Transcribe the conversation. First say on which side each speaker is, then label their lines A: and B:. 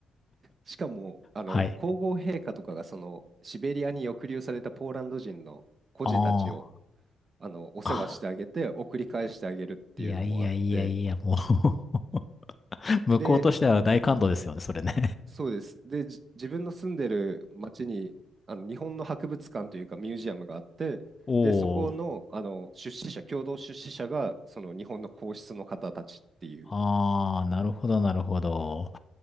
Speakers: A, on the right (about 40°); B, on the left (about 25°).
A: しかも、あの、
B: <laughs> はい。
A: 皇后陛下とかが、その、シベリアに抑留されたポーランド人の孤児たちを、
B: あ
A: あの、お世話してあげて、
B: あ。あ
A: 送り返してあげるっていうのもあって、
B: いやいやいやいや、もう <laughs> 向こうとしては大感動ですよね、
A: で、
B: それね。
A: そうです。で、じ自分の住んでる町にあの日本の博物館というかミュージアムがあって、
B: <laughs> おお。
A: で、そこの、あの出資者、共同出資者がその日本の皇室の方たちっていう、
B: ああ、なるほど、なるほど。